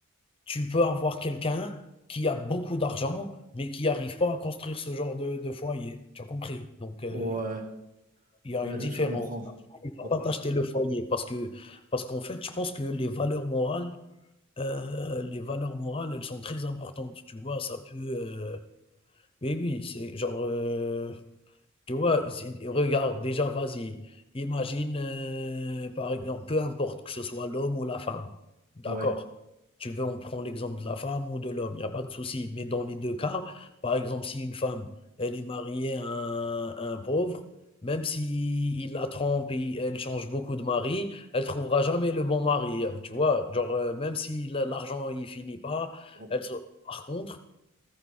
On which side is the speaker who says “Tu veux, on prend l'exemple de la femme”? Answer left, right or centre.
Left